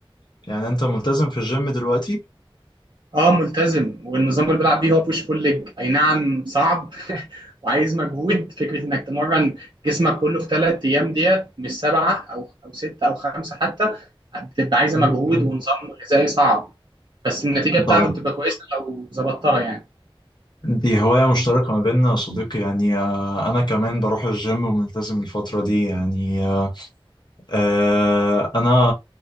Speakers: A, on the left; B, on the right.
A: يعني أنت ملتزم في الجيم دلوقتي؟
B: اه ملتزم والنظام اللي بيلعب بيه هو بوش بول ليج اي نعم صعب <laughs> وعايز مجهود فكره انك تمرن جسمك كله في ثلاث ايام ديت مش سبعه او او سته او خمسه حتى بتبقى عايزه
A: م-
B: مجهود
A: م.
B: ونظام غذائي صعب بس النتيجه بتاعته
A: طيب
B: بتبقى كويسه لو ظبطتها يعني
A: دي هواية مشتركة ما بيننا يا صديقي يعني آه، أنا كمان بروح الجيم وملتزم الفترة دي يعني آه، آه، أنا